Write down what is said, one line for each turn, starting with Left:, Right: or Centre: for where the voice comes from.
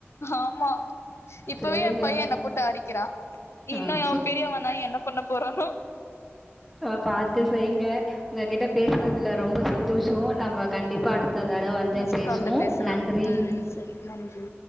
Left: ஆமா இப்பவே
Centre: சரிங்க
Left: எ பையேன்
Centre: உங்க
Left: என்ன போட்டு அடிக்கிறா இன்னு
Centre: ம்
Left: அவே பெரியவன்னாயி என்ன பண்ண போறானோ
Centre: ஆ பாத்து செய்ங்க உங்ககிட்ட பேசுனதுல ரொம்ப சந்தோஷோ நம்ம கண்டி ப்பா அடுத்ததடவ வந்து
Left: நெக்ஸ்ட்
Centre: பேசுவோ
Left: கால்ல பேசலா
Centre: நன்றி
Left: ம் சரி நன்றி